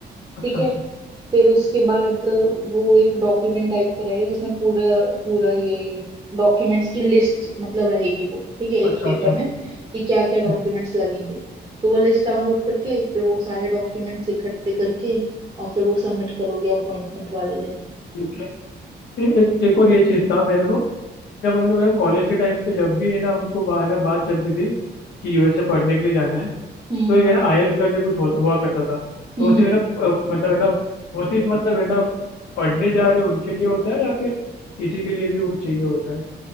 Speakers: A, on the left; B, on the right.
A: अच्छा
B: ठीक है
A: अच्छा
B: फिर उसके बाद अ, वो एक डॉक्यूमेंट टाइप का रहेगा जिसमें पूरा पूरा ये डॉक्यूमेंट्स की लिस्ट मतलब रहेगी वो ठीक है
A: अच्छा
B: एक पेपर
A: अच्छा
B: में कि क्या क्या
A: हम्म,
B: डॉक्यूमेंट्स लगेंगे तो वो लिस्ट डाउनलोड करके फिर वो सारे डॉक्यूमेंट्स इकट्ठे करके और फिर वो सबमिट करोगे अपॉइंटमेंट वाले दिन
A: ठीक है ए, एक एक और ये चीज़ था मेरे को जब हम लोग कॉलेज के टाइम पे जब भी है ना हमको बा, है ना बात चलती थी कि यूएसए पढ़ने के लिए जाना है
B: हम्म
A: तो
B: हम्म
A: एक है ना आईएल्स करके कुछ हो, हुआ करता था तो
B: हम्म
A: वो सिर्फ है ना अ, मतलब है ना वो सिर्फ मतलब है ना पढ़ने जा रहे उनके लिए होता है या फिर किसी के लिए भी वो चाहिए होता है